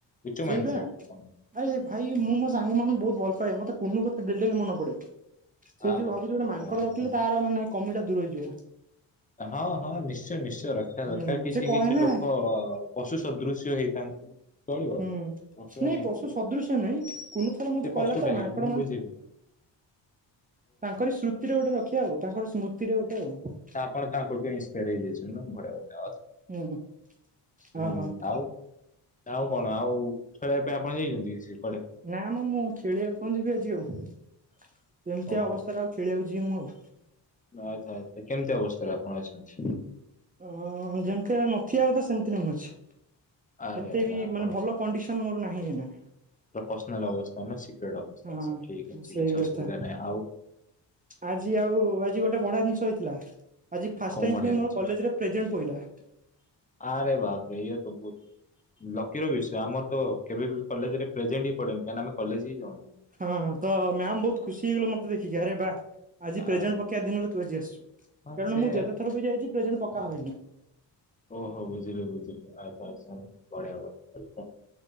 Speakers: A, on the left; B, on the right.
A: ଉଚ୍ଚ
B: ସେଇ
A: ମାଇଣ୍ଡ
B: ପା
A: ସେଟ
B: ଆରେ
A: ଆପଣ
B: ଭାଇ ମୁଁ ମୋ ସାଙ୍ଗ ମାନଙ୍କୁ ବହୁତ ଭଲ ପାଏ ମତେ କୁୁନୁ କଥା ଡେଲି ଡେଲି ମନେ ପଡେ। ସେଇ
A: ଆରେ
B: ଯୋଉ ଭାବୁଛି ଗୋଟେ
A: ପୁରା
B: ମାଙ୍କଡ
A: ଆପଣ
B: ରଖିଲେ ତାର ମାନେ କମିଟା ଦୂର ହେଇଯିବ।
A: ହଁ ହଁ ନିଶ୍ଚୟ ନିଶ୍ଚୟ ରଖିବା
B: ହୁଁ
A: ଦରକାର କିଛି
B: ସେ କହେ
A: କିଛି
B: ନା
A: ଲୋକ ପଶୁ ସଦୃଶ୍ୟ ହେଇଥାନ୍ତି। ଚଳିବ
B: ହୁଁ ନାଇଁ
A: ନି
B: ପଶୁ ସଦୃଶ୍ୟ ନାଇଁ କୁନୁ ଥରେ
A: ସେ
B: ମତେ କହିଲା
A: ପଶୁଟା
B: ତ
A: ହେଇଆ
B: ମାଙ୍କଡ
A: ମୁଁ ବୁଝିଲି। ହ
B: ତାଙ୍କର ସ୍ମୃତିରେ ଗୋଟେ ରଖିବା ଆଉ ତାଙ୍କର ସ୍ମୃତିରେ ଗୋଟେ ଆଉ
A: କଣ ତାଙ୍କଠୁ ଇଂସ୍ପାୟର ହେଇଯାଇଛୁ ନା ବଢିଆଢିଆ
B: ହୁଁ ହଁ
A: ହୁଁ
B: ହଁ
A: ଆଉ ଆଉ କଣ ଆଉ ଖେଳିବା ପାଇଁ ଆପଣ ଯାଇଛନ୍ତି ସେ କୁଆଡେ?
B: ନା ମ ମୁଁ ଖେଳିବାକୁ କଣ ଯିବି ଆଜି ଆଉ ଏମିତିଆ
A: ଓହୋ
B: ଅବସ୍ଥାରେ ଆଉ ଖେଳିବାକୁ ଯିବି ମୁଁ ଆଉ
A: ଆଚ୍ଛା ଆଚ୍ଛା କେମିତି ଅବସ୍ଥାରେ ଆପଣ ଅଛନ୍ତି?
B: ଅ ଯେନ୍ତି ନଥିବା କଥା ସେମିତି ନେ ଅଛି
A: ଆରେ
B: ଏତେ
A: ଆରେ
B: ବି
A: ଆପଣ
B: ମାନେ ଭଲ କଣ୍ଡିସ ମୋର ନାହିଁ ଏଇନା
A: ତ ପର୍ସନଲ ଅବସ୍ତା ନ ସିକ୍ରେଟ ଅବସ୍ଥା
B: ହଁ
A: ଠିକ ହେଛି
B: ସେଇ
A: କିଛି
B: କଥା
A: ଅସୁବିଧା ନାହିଁ ଆଉ
B: ଆଜି ଆଉ ଆଜି ଗୋଟେ ବଢିଆ ଜିନିଷ ହେଇଥିଲା। ଆଜି ଫାଷ୍ଟ
A: କଣ
B: ଟାଇମ୍
A: ବଢିଆ
B: ପାଇଁ
A: ଜାଣିଛି
B: ମୋର କଲେଜରେ ପ୍ରେଜେଣ୍ଟ ପଇଲା।
A: ଆରେ ବାବରେ ଇଏତ ବହୁତ ଲକିର ବିଷୟ ଆମର ତ କେବେ ବି କଲେଜ ପ୍ରେଜେଣ୍ଟ ହି ପଡେନି କାହିଁକି ଆମେ କଲେଜ ହି ଯାଉନା।
B: ହଁ ତ ମ୍ୟାମ ବହୁତ ଖୁସି ହେଇଗଲ ମତେ ଦେଖିକି ଆରେ ବା ଆଜି ପ୍ରେଜେଣ୍ଟ
A: ଆରେ
B: ପକେଇବା ଦିନରେ ତୁ ଆଜି ଆସିଛୁ କାରଣ
A: ହଁ ସେ
B: ମୁଁ ଯେତେଥର ବି ଯାଇଛି ପ୍ରେଜେଣ୍ଟ ପକା ହଏନି।
A: ଓହୋ ବୁଝିଲି ବୁଝିଲି ଆଚ୍ଛା ଆଚ୍ଛା ବଢିଆ ବଢିଆ